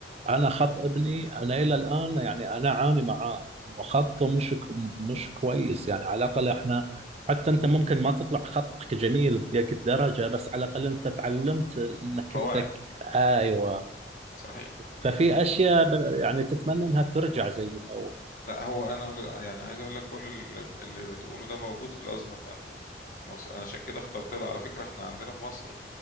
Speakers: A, on the right (about 35°); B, on the left (about 50°).
A: أنا خط ابني أنا إلى الآن يعني أنا أعاني معاه إنه خطه مش ك- مش كويس يعني على الأقل إحنا حتى أنت ممكن ما تطلع خطك جميل بديك الدرجة بس على الأقل أنت تعلمت إنك
B: قواعد
A: أنت ك- أيوه
B: صحيح
A: ففي
B: صحيح
A: أشياء ب- يعني تتمنى إنها ترجع زي الأول
B: لا هو انا يعني عايز اقول لك كل اللي اللي بتقوله ده موجود في الازهر عندي في مصر انا عشان كده اخترت لها على فكره احنا عندنا في مصر